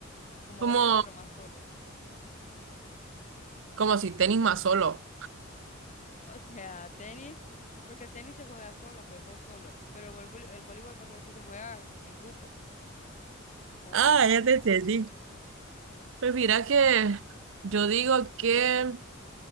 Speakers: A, on the left; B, on the right.
A: Como
B: como,
A: voleibol, pero más solo.
B: como si tenis más solo.
A: O sea, tenis, porque el tenis se juega solo, pues vos solo, pero el, volvo- el voleibol vos sabés que se juega en grupo, pues, con
B: Ah,
A: un equipo.
B: ya te entendí. Pues mira que yo digo que